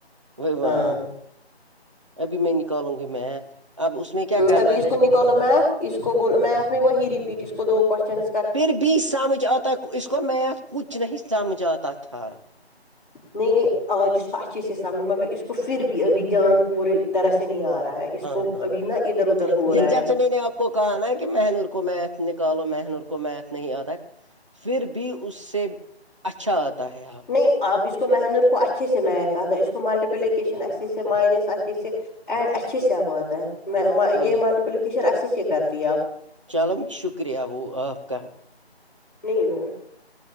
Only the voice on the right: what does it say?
<unintelligible>
ابھی میں نکالوں گی میتھ اب اس میں کیا کرنا
ہے
پھر بھی سمجھ اتا اس کو میتھ کچھ نہ ہی سمجھ اتا تھار
ہاں
ہاں
<inaudible> کو کہانا ہے کہ مہنور کو میتھ نکالو مہنور کو میتھ نہیں اتا پھر بھی اس سے اچھا اتا ہے آپ
ہاں
چلو شکریہ وہ اپک کا